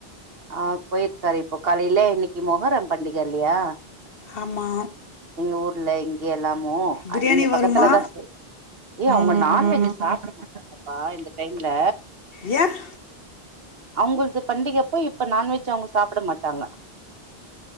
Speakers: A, on the right; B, on the left.
A: ஆ போயிருக்காரு இப்போ காலேலே இன்னைக்கு மொகரம் பண்டிக இல்லையா
B: ஆமா
A: எங்க ஊர்ல இங்க எல்லாமோ
B: பிரியாணி
A: இங்க பக்கத்துல
B: வருமா
A: தான் சே ஏய் அவங்க நான்வெஜி சாப்ட மாட்டாங்கப்பா இந்த டைம்ல
B: யான்
A: அவங்கள்து பண்டிகப்போ இப்ப நான்வெஜ் அவங்க சாப்ட மாட்டாங்க